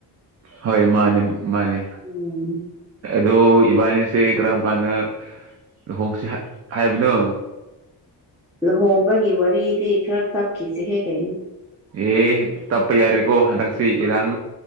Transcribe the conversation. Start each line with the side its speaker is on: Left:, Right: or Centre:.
Right: ꯍꯣꯏ ꯃꯥꯅꯤ ꯃꯥꯅꯤ
Centre: ꯎꯝ
Right: ꯗꯣ ꯏꯕꯥꯅꯤꯁꯦ ꯏ ꯀꯔꯝ ꯀꯥꯟꯅ ꯂꯨꯍꯣꯡꯁꯤ ꯍꯥꯏꯕꯅ
Centre: ꯂꯨꯍꯣꯡꯕꯒꯤ ꯋꯥꯔꯤꯗꯤ ꯈꯔ ꯇꯞꯈꯤꯁꯦꯍꯦ ꯀꯩꯅꯣ
Right: ꯑꯦ ꯇꯞꯄ ꯌꯥꯔꯦꯀꯣ ꯍꯟꯗꯛꯁꯤ ꯏꯔꯥꯡ